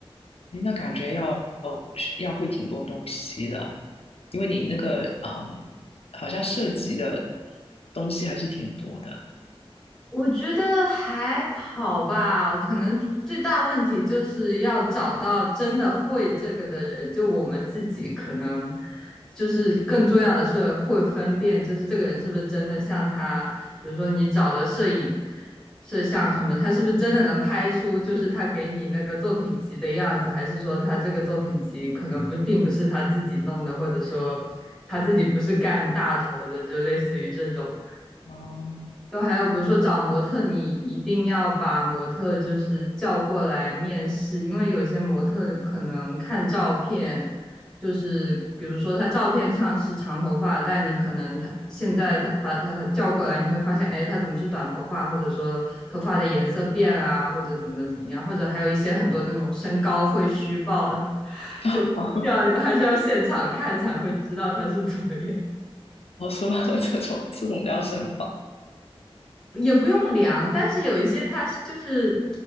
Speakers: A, on the left; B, in the centre.
A: 诶那感觉要要会挺多东西的，因为你那个嗯，好像涉及的东西还是挺多的。
B: 我觉得还好吧，可能最大问题就是要找到真的会这个的人。就我们自己可能就是更重要的是会分辨，就是这个人是不是真的像他，比如说你找的摄影摄像什么，他是不是真的能拍出就是他给你那个作品集的样子，还是说他这个作品集可能不并不是他自己弄的，或者说他自己不是干大头的，就类似于这种。
A: 哦，
B: 就还有比如说找模特，你一定要把模特就是叫过来面试，因为有些模特可能看照片，就是比如说他照片上是长头发，但你可能他现在他把他叫过来，你会发现，哎，他怎么是短头发，或者说头发的颜色变啦，或者怎么怎么样，或者还有一些很多那种身高会虚报的，
A: <laughs>
B: 就要还是要现场看才会知道他是怎么样。
A: 我说这种这种比较深
B: 也不用量，但是有一些他就是